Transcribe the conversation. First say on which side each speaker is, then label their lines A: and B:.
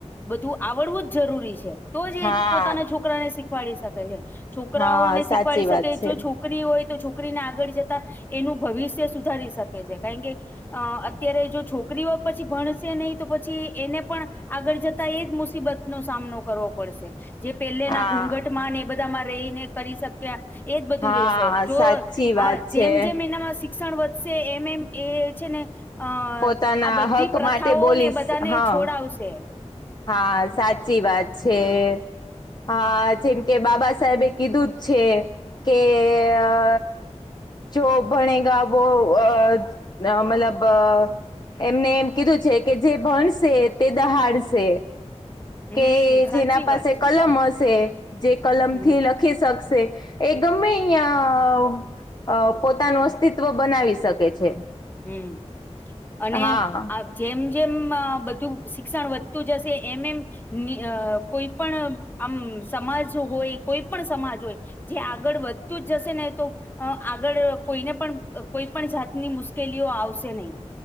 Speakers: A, on the left; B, on the left.
A: બધું આવડવું જ જરૂરી છે તો જ
B: હા
A: એ પોતાના છોકરાને શીખવાડી શકે છે. છોકરાઓ
B: હા
A: ને
B: સાચી
A: શીખવાડી શકે
B: વાત છે
A: જો છો છોકરી હોય તો છોકરીને આગળ જતા એનું ભવિષ્ય સુધારી શકે છે. કારણ કે અ અત્યારે જો છોકરીઓ પછી ભણશે નહી, તો પછી એને પણ આગળ જતા એજ મુસીબત નો સામનો કરવો પડશે જે પહેલેના
B: હા
A: ઘૂઘટ માં એ બધામાં રહીને કરી શક્યા..., એજ બધું
B: હા
A: રેશે જો
B: સાચી વાત
A: હ
B: છે
A: જેમ જેમ એનામાં શિક્ષણ શિક્ષણ વધશે એમ એમ એ છે ને, અ
B: પોતાના
A: આ બધી
B: હક
A: પ્રથાઓ
B: માટે બોલીશ
A: ને બધાને
B: હા
A: છોડાવશે.
B: હા સાચી વાત છે. હા જેમ કે બાબા સાહેબે કીધું જ છે. કે અ. જો ભણેગ વો અ મતલબ અ એમને એમ કીધું છે કે જે ભણસે તે દહાડશે.
A: હમ
B: કે જેના
A: સાચી
B: પાસે
A: વાત છે
B: કલમ હશે જે કલમ
A: હમ
B: થી લખ રાખી શકશે એ ગમે અહીયાં. અ પોતાનું અસ્તિત્વ બનાવી શકે છે.
A: હમ્મ અને
B: હા
A: આ જેમ જેમ બધું શિક્ષણ વધતું જશે એમ એમ અ કોઈ પણ આમ સમાજ હોય કોઈ પણ સમાજ હોય. જે આગળ વધતું જ જશે ને તો આગળ કોઈને પણ કોઈ પણ જાતની મુશ કેલીઓ આવશે નહી.